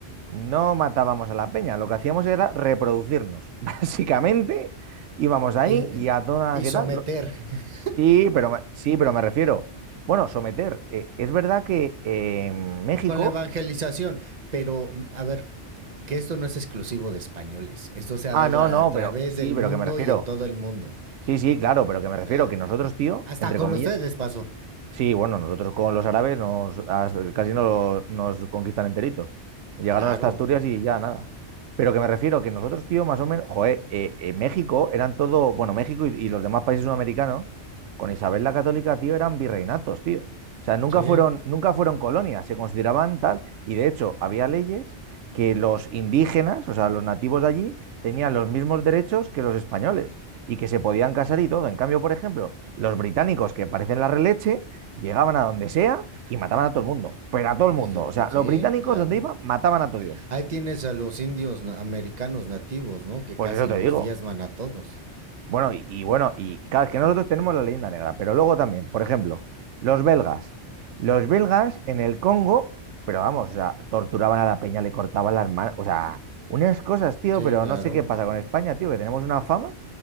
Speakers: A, on the right; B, on the right.
A: No matábamos a la peña, lo que hacíamos era reproducirnos. <laughs> Básicamente íbamos ahí
B: y, eh,
A: y a toda,
B: y
A: ¿qué
B: someter
A: tal?
B: <laughs>
A: Sí, pero me, sí, pero me refiero. Bueno, someter. eh, es verdad que eh, en México.
B: con la evangelización. Pero, mm, a ver, que esto no es exclusivo de españoles. Esto se ha
A: Ah,
B: dado
A: no,
B: a,
A: no,
B: través
A: pero sí,
B: del
A: pero
B: mundo
A: que me refiero.
B: y en todo el mundo.
A: Sí, sí, claro, pero que me
B: O
A: refiero
B: sea,
A: que nosotros, tío,
B: hasta
A: entre
B: con
A: comillas.
B: ustedes les pasó.
A: Sí, bueno, nosotros con los árabes nos, as- casi nos, nos conquistan enteritos. Llegaron
B: Claro,
A: hasta Asturias y ya nada. Pero que me refiero que nosotros, tío, más o menos, joder, eh, eh, México eran todo, bueno, México y, y los demás países sudamericanos, con Isabel la Católica, tío, eran virreinatos, tío. O sea, nunca
B: sí.
A: fueron, nunca fueron colonias, se consideraban tal, y de hecho había leyes que los indígenas, o sea, los nativos de allí, tenían los mismos derechos que los españoles y que se podían casar y todo. En cambio, por ejemplo, los británicos, que parecen la releche, Llegaban a donde sea y mataban a todo el mundo, pero a todo
B: Dice,
A: el mundo.
B: mm,
A: O sea, los
B: sí,
A: británicos
B: claro.
A: donde iban mataban a todo Dios.
B: Ahí tienes a los indios na- americanos nativos, ¿no? Que
A: Pues
B: casi
A: eso te
B: los
A: digo.
B: diezman a todos.
A: Bueno, y, y bueno, y claro, es que nosotros tenemos la leyenda negra, pero luego también, por ejemplo, los belgas. Los belgas en el Congo, pero vamos, o sea, torturaban a la peña, le cortaban las manos, o sea, unas cosas, tío,
B: Sí,
A: pero
B: claro.
A: no sé qué pasa con España, tío, que tenemos una fama